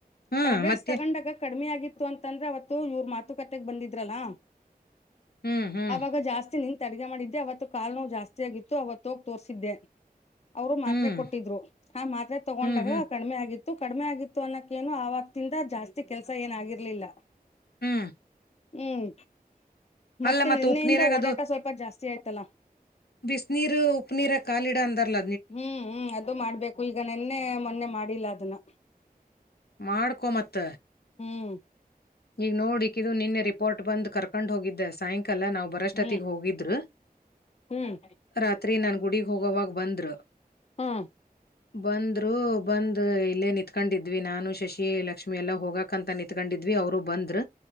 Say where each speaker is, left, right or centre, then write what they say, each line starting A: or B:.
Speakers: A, on the left (about 85°); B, on the left (about 45°).
A: ಹ್ಮ್
B: ಟ್ಯಾಬ್ಲೆಟ್ಸ್
A: ಮತ್ತೆ
B: ತಗೊಂಡಾಗ ಕಡಿಮಿ ಆಗಿತ್ತು. ಅಂತಂದ್ರೆ ಅವತ್ತು ಇವ್ರ ಮಾತುಕತೆೆಗೆ ಬಂದಿದ್ರಲ್ಲ
A: ಹ್ಮ್ ಹ್ಮ್
B: ಅವಾಗ ಜಾಸ್ತಿ ನಿಂತ್. ಅಡಗೆ ಮಾಡಿದ್ದೆ ಅವತ್ತ ಕಾಲು ನೋವು ಜಾಸ್ತಿ ಆಗಿತ್ತು ಅವತ್ತು ಹೋಗಿ ತೋರ್ರಿಸಿದ್ದೆ. ಅವರು ಮಾತ್ರೆ
A: ಹ್ಮ್
B: ಕೊಟ್ಟಿದ್ರು ಆ ಮಾತ್ರೆ ತಗೊಂಡಾಗ
A: ಹ್ಮ್ ಹ್ಮ್
B: ಕಡಿಮೆ ಆಗಿತ್ತು. ತ್ತು ಕಡಿಮೆ ಆಗಿತ್ತು ಅನ್ನೋಕ್ಕೇನು ಅವತಿಂದ ಜಾಸ್ತಿ ಕೆಲ್ಸ ಏನ ಆಗಿರ್ಲಿಲ್ಲ.
A: ಹ್ಮ್
B: ಹ್ಮ್
A: ಅಲ್ಲ
B: ಮತ್ತೆ
A: ಮತ್ತ
B: ನಿನ್ನೆಯಿಂದ
A: ಉಪ್ನೀರಾಗ
B: ಓಡಾಟ ಸ್ವಲ್ಪ ಜಾಸ್ತಿ ಆಯ್ತಲ್ಲಾ..
A: ಬಿಸಿನೀರು, ಉಪ್ಪನೀರ ಕಾಲಿಡ ಅಂದರ್ಲ.
B: ಹ್ಮ್ ಹ್ಮ್ ಅದು ಮಾಡ್ಬೇಕು ಈಗ ನೆನ್ನೆ ಮೊನ್ನೆ ಮಾಡಿಲ್ಲ ಅದನ್ನ..
A: ಮಾಡ್ಕೊ ಮತ್ತ.
B: ಹ್ಮ್
A: ಈಗ ನೋಡ ಇಕಿದು ನಿನ್ನೆ ರಿಪೋರ್ಟ್ ಬಂದ ಕರ್ಕೊಂಡ ಹೋಗಿದ್ದೆ ಸಾಯಂಕಾಲ ನಾವು. ಬರೊಷ್ಟತಿಗೆ
B: ಹ್ಮ್
A: ಹೋಗಿದ್ರು.
B: ಹ್ಮ್
A: ರಾತ್ರಿ ನಾನು ಗುಡಿಗೆ ಹೋಗೋವಾಗ ಬಂದ್ರು.
B: ಹ್ಮ್
A: ಬಂದ್ರು ಬಂದ ಇಲ್ಲೇ ನಿತ್ಕೊಂಡಿದ್ವಿ ನಾನು ಶಶಿ ಎಲ್ಲಾ. ಲಕ್ಷ್ಮಿ ಎಲ್ಲಾ ಹೋಗಕ ಅಂತ ನಿಂತ್ಕೊಂಡಿದ್ವಿ ಅವರು ಬಂದ್ರ